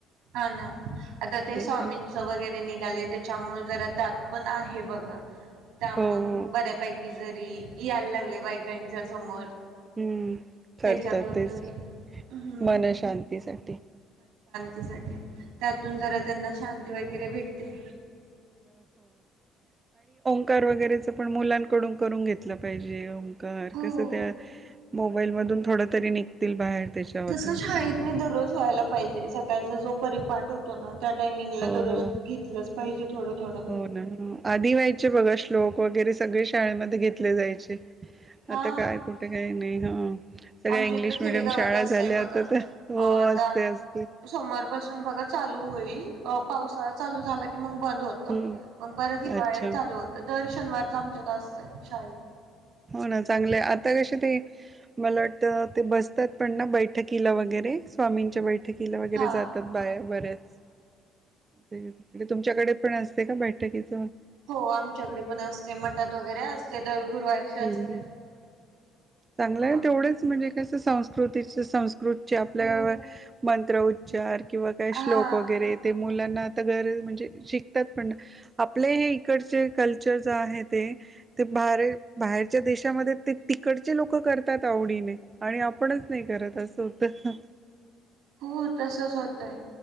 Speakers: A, on the right; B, on the right.
A: हा ना आता ते
B: टेन्शन
A: स्वामींच वगैरे निघाले त्याच्यामुळे जरा त्यात पण आहे बघा. त्या
B: हो हो
A: मग बऱ्यापैकी जरी. यायला लागलय बायकांच्या समोर.
B: हम्म
A: त्याच्यातून
B: करत तेच
A: तरी हम्म
B: मनशांतीसाठी.
A: साठीे. त्यातून जरा त्यांना शांत. ते वगैरे भेटते.
B: उपकार वगैरेच पण मुलांकडून करून घेतलं पाहिजे ओंग कार
A: हो.
B: कसं त्या. मोबाईल मधून थोड तरी निघतील बाहेर. त्याच्यातून
A: तस शाळेत नी दररोज व्हायला पाहिजे. सकाळचा जो परिपाठ होतो ना, त्या टायमिंगला
B: हो
A: दररोज
B: हो
A: घेतलंच पाहिजे थोडं थोडं
B: हो ना आधी व्हायचे बघा श्लोक. वगैरे सगळे शाळेमध्ये घेतले जायचे.
A: हा
B: आता काय कुठे काय नाही. हा. सगळ्या
A: आमच्या
B: इंग्लिश
A: इकडे खेडेगावात
B: मिडियम शाळा
A: असतय
B: झाल्या
A: बघा
B: आता तर हो
A: अ आता
B: असते असते
A: सोमवार पासून बघा चालू होईल. अ पावसाळा चालू झाला की मग बंद होत
B: हम्म
A: मग परत हिवाळ्यात
B: अच्छा
A: चालू होत. शनिवार च आमच्या त असत शाळेत.
B: हो ना चांगले आता कशी ते मला वाटत ते बसतात पण ना बैठक. किला वगैरे स्वामींच्या बैठकीला वगैरे
A: हा
B: जातात बाया बऱ्याच ते तुमच्याकडे पण असते का बैठकीच
A: हो आमच्याकडे पण असते मटात वगैरे असते. दर गुरुवारची असते
B: हम्म चांगलंय
A: म
B: तेवढेच म्हणजे. कसं संस्कृतीच संस्कृत च्या आपल्या
A: हो
B: मंत्र उच्च चार किंवा काय
A: हा
B: श्लोक वगैरे य ते मुलांना. त गर म्हणजे शिकतात पण आपले हे इकडचे कल्चर ज आहे ते ते भार बाहेरच्या देशामध्ये ते तिकडचे लोक करतात आवडीने आणि आपणच नाही करत असं. हो तच ह.
A: हो तसच होतय